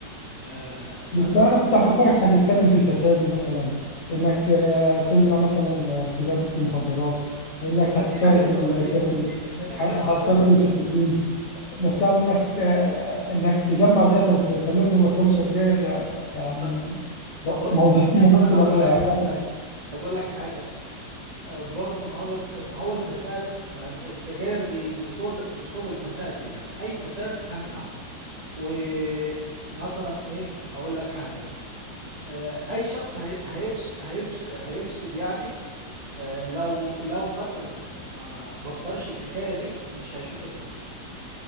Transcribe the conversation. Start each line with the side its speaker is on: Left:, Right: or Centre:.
Right: م- آه، مثلا
Left: بس انا كنت افكرك هتتكلم في الفساد مثلا انك آه، تمنع مثلا آه، تجارة المخدرات انك هتطرد
Right: ما دي حاجات
Left: الفاسد
Right: طبيعية ما دي ما دي حاجات
Left: هتطرد
Right: طبيعية
Left: الفاسدين بس انك آه، انك تجمع داتا وتخليهم يبطلوا سجاير آه، يعني
Right: ط- طب
Left: مو-
Right: بص
Left: موضوع <laughs> ملوش
Right: انا
Left: لا-
Right: اقول
Left: آه،
Right: لك
Left: علاقة
Right: ح- أج- اقول لك حاجة آه، برضه ما هو د- ما هو الفساد ما السجاير دي من صور من صور الفساد يعني اي فساد همنعه ومثلا ايه اقول لك حاجة آه، اي شخص هي- هيفس هيفس هيفسد يعني آه، لو لو مثلا ما بطلش الحكاية دي مش هيشوف النور